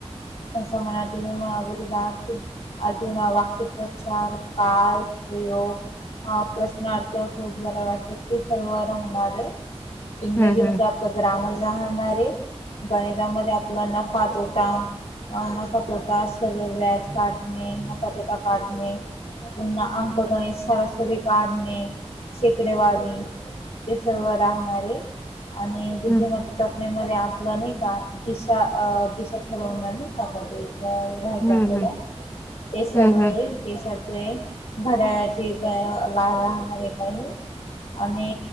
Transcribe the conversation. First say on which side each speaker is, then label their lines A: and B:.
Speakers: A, on the left; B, on the left.
A: समानार्थी, विरुद्धार्थी अजून वाक्यप्रचार काल प्रयोग प्रश्न अर्थ खूप जरा वाटत ते सर्व राहणार आहे इंग्रजी
B: हम्म हम्म
A: मध्ये ग्रामर जाणारे गणितामध्ये आपला नफा तोटा अ ना नफा तोटा सरळ व्याज काढणे नफा तोटा काढणे. पुन्हा अंक गणित सरासरी काढणे शेकडे वारी ते सर्व राहणारे आणि बुद्धिम
B: हम्म
A: जपण्यामध्ये आपलं नाही का दिशा दिशा ठरवणार नाही का ते मग त्या वर राहायचे
B: हम्म
A: आपल्याला ते सर्व
B: हम्म हम्म हम्म
A: देशाचे घड्याळाचे राहणारे काही आणि